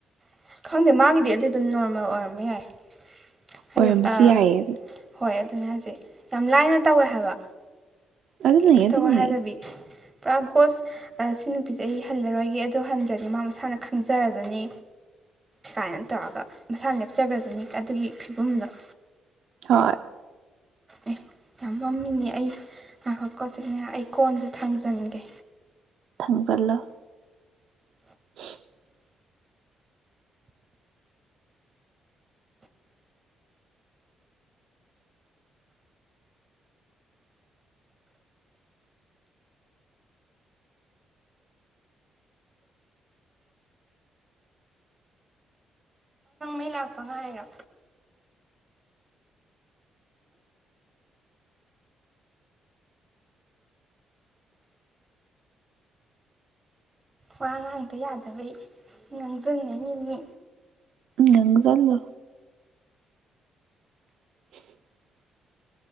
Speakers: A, on the right; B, on the right.
A: ꯑꯁ ꯈꯪꯗꯦ ꯃꯥꯒꯤꯗꯤ ꯑꯗꯨꯗꯣ ꯅꯣꯔꯃꯦꯜ ꯑꯣꯏꯔꯝꯕ ꯌꯥꯏ ꯍꯥꯏꯗꯤ
B: ꯑꯣꯏꯔꯝꯕꯁꯨ
A: ꯑꯑ
B: ꯌꯥꯏꯌꯦ
A: ꯍꯣꯏ ꯑꯗꯨꯅꯤ ꯍꯥꯏꯖꯦ ꯁꯦ ꯌꯥꯝ ꯂꯥꯏꯅ ꯇꯧꯋꯦ ꯍꯥꯏꯕ
B: ꯑꯗꯨꯅ ꯑꯗꯨꯅꯦ
A: ꯀꯔꯤꯝꯇꯕꯧ
B: ꯑꯗꯨꯅꯦ
A: ꯍꯥꯏꯗꯕꯤ ꯄꯨꯔꯥ ꯒꯣꯁ ꯁꯤ ꯅꯨꯄꯤꯁꯦ ꯑꯩ ꯍꯜꯂꯔꯣꯏꯒꯦ ꯑꯗꯨꯗ ꯍꯟꯗ꯭ꯔꯗꯤ ꯃꯥ ꯃꯁꯥꯅ ꯈꯪꯖꯔꯖꯅꯤ ꯀꯃꯥꯏꯅ ꯇꯧꯔꯒ ꯃꯁꯥꯅ ꯂꯦꯞꯆꯈ꯭ꯔꯖꯅꯤ ꯑꯗꯨꯒꯤ ꯑꯍꯨꯝꯂꯛ
B: ꯍꯣꯏ
A: ꯑꯦ ꯌꯥꯝ ꯉꯝꯃꯤꯅꯦ ꯑꯩ ꯉꯥꯏꯈꯣꯀ ꯆꯦ ꯅꯦꯍꯥ ꯑꯩ ꯀꯣꯟꯁꯦ ꯊꯥꯡꯖꯟꯒꯦ
B: ꯊꯥꯡꯖꯜꯂꯣ <inaudible>
A: ꯑꯩ ꯂꯥꯛꯄ ꯉꯥꯏꯔꯤꯔꯣ ꯋꯥ ꯉꯥꯡꯗ ꯌꯥꯗꯕꯩ ꯉꯥꯡꯁꯤꯟꯉꯅꯤꯅꯦ
B: ꯉꯥꯡꯖꯜꯂꯣ <inaudible>